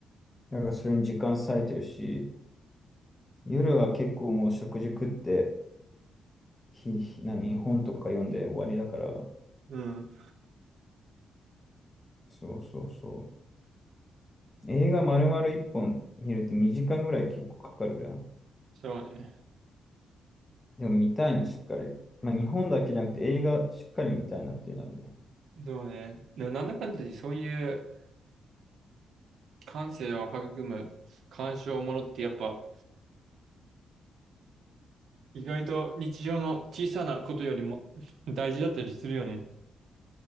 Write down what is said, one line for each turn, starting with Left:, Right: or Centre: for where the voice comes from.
Left: だからそれに時間割いてるし、夜は結構もう食事食って、ひ、ひ何、本とか読んで終わりだから、
Right: うん。
Left: そうそうそう。映画丸々1本見るって2時間ぐらい結構かかるじゃん。
Right: そうね。
Left: でも見たいな、しっかり。まあ日本だけじゃなくて映画しっかり見たいなっていうのあるね。
Right: そうね。でも、なんだかんだでそういう感性を育む鑑賞ものってやっぱ、意外と日常の小さなことよりも <laughs> 大事だったりするよね。